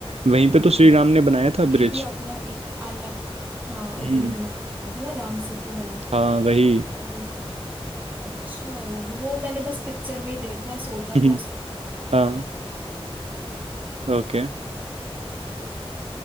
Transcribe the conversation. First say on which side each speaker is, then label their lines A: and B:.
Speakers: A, on the right (about 85°); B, on the right (about 15°).
A: वहीं पे
B: ओ
A: तो श्री राम ने बनाया था
B: ये
A: ब्रिज
B: भी अपना एक अलग हाँ उधर
A: हम्म
B: ही बनाया था ना राम सेतु वाला
A: हाँ वही
B: तो अच्छा है वो भी वो मैंने बस पिक्चर में ही देखा है सोचा
A: <laughs>
B: था उस
A: हाँ ओके